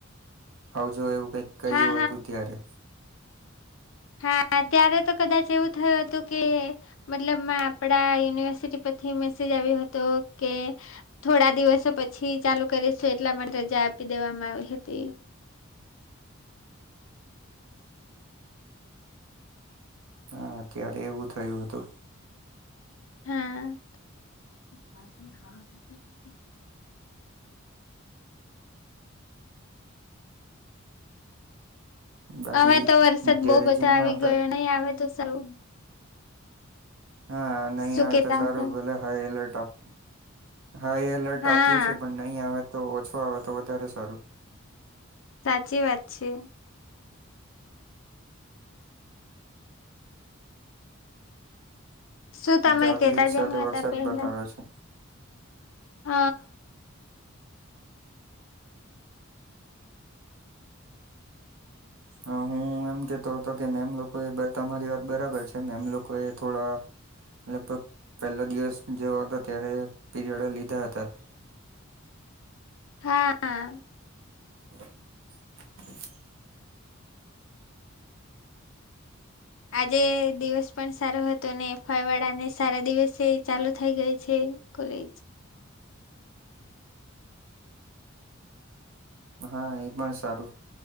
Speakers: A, on the right (about 80°); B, on the left (about 70°).
A: આવજો એવું કઈક કહ્યું
B: હા
A: હતું ત્યારે.
B: હા ત્યારે તો કદાચ એવું થયું હતું કે, મતલબમાં આપડા યુનિવર્સિટી પરથી મેસેજ આવ્યો હતો કે, થોડા દિવસો પછી ચાલુ કરીશું એટલા માટે રજા આપી દેવામાં આવી હતી.
A: હા, ત્યારે એવું થયું હતું.
B: હા <inaudible>
A: બાકી
B: હવે તો વરસાદ
A: જયારે
B: બોવ બધો
A: જૂનમાં
B: આવી ગયો, નહી આવે તો સારું.
A: હા નહી
B: શું
A: આવે
B: કેતા
A: તો સારું
B: હતા
A: ભલે હાઈ એલર્ટ આપ હાઈ એલર્ટ
B: હા
A: આપ્યું છે પણ નહીં આવે તો ઓછો આવે તો વધારે સારું.
B: સાચી વાત છે. શું તમે
A: ગાજવીજ
B: કેતા
A: સાથે
B: જેમ હતા
A: વરસાદ
B: પહેલા
A: બતાવે છે
B: હ.
A: અ હું એમ કેતો હતો કે મેમ લોકો એ બ તમારી વાત બરાબર છે મેમ લોકો એ થોડા લગભગ પહેલા દિવસ જેવો હતો ત્યારે પીરિયડો લીધાં હતા.
B: હા.
A: <inaudible>
B: આજે દિવસ પણ સારો હતો ને ફાઈ વાડા ને સારા દિવસે ચાલુ થઇ ગઈ છે. કોલેજ
A: હા એ પણ સારું